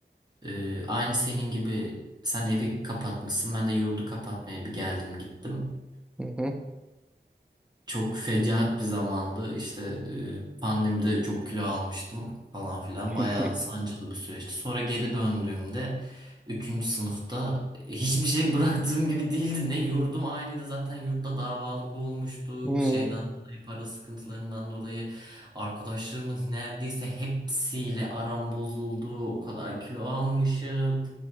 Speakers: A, on the right; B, in the centre.
A: Ee, aynı senin gibi sen evi kapatmışsın. Ben de yurdu kapatmaya bir geldim gittim
B: Hı hı.
A: çok fecaat bir zamandı. İşte e, pandemide çok kilo almıştım falan filan.
B: <laughs>
A: Bayağı sancılı bir süreçti. Sonra geri döndüğümde üçüncü sınıfta hiçbir şey bıraktığım gibi değildi. Ne yurdum aynıydı. Zaten yurtta davalık olmuştuk.
B: Hmm.
A: Şeyden dolayı para sıkıntılarından dolayı arkadaşlarımın neredeyse hepsiyle aram bozuldu. O kadar kilo almışım